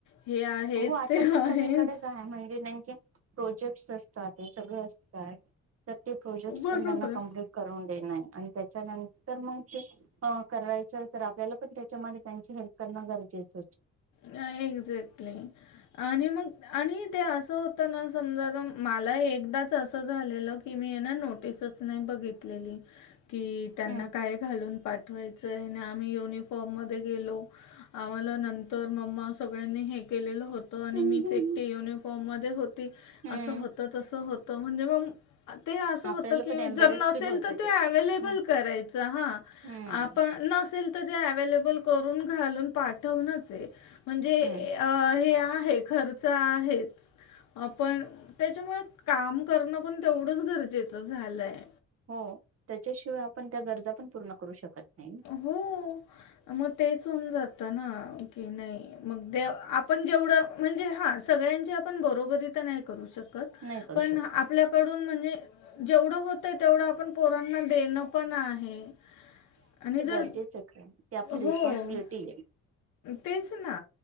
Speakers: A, on the left; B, on the right.
A: हे आहेच,
B: हो आता
A: ते
B: तर
A: आहेच.
B: सगळीकडेच आहे म्हणजे नाही च प्रोजेक्टस असतात ते सगळ असतात तर ते प्रोजेक्ट
A: बरोबर.
B: पण त्यांना कम्प्लीट करून अ त्याच्या नंतर मग ते अ करायचय तर आपल्या पण त्याच्यामध्ये त्यांची हेल्प लाग नगरचेच
A: नाही. एक्झॅक्टली आणि मग आणि ते असं होतं ना समजा मला एकदा असं झालेलं की मी येणा नोटीस च नाही बघितलेली. की त्यांना
B: हम्म.
A: काय घालून पाठवायचंय आणि आम्ही युनी फॉर्म मध्ये गेलो आम्हाला नंतर मम्मा सगळ्यांनी हे केलेलं हो आणि
B: हम्म
A: मीच
B: हम्म हम्म.
A: एकटी युनिफॉर्म मध्ये होती
B: हम्म
A: असं होत तसं होत म्हणजे मग ते असं
B: आपल्याला
A: होत की
B: पण एम्बेरेस
A: जर नसेल
B: फील होतं
A: तर ते अव्लेबल
B: हम्म
A: करायच हा
B: हम्म.
A: आपण नसेल एवेलेबल करून घालून पाठवणचय म्हणजे
B: हम्म
A: अ हे आहे खर्च आहे. अ पण त्याच्यामुळे काम करणं पण तेवढंच गरजेचं झालंय.
B: हो त्याच्याशिवाय आपण त्या गरजा पण पूर्ण करू शकत नाही ना.
A: हो मग तेच हून जात ना की नाही मग ते आपण जेवढं म्हणजे हा सगळ्यांची आपण बरोबरी तर नाही करू शक
B: नाही करू
A: पण
B: शकत
A: आपल्याकडून म्हणजे जेवढं होतय तेवढ आपण पोरांना देणं पण आहे. आणि जर
B: गरजेचे आपली रिस्पॉनसिबिलिटी
A: हो.
B: ये.
A: तेच ना